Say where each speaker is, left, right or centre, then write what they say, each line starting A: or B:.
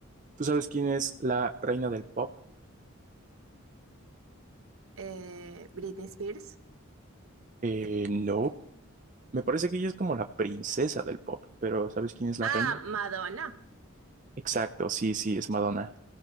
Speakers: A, on the right; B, on the right.
A: ¿Tú sabes quién es la reina del pop?
B: Eh, Britney Spears.
A: Eh, no. Me parece que ella es como la princesa del pop, pero ¿sabes quién es la
B: Ah,
A: reina?
B: Madonna.
A: Exacto, sí, sí, es Madonna.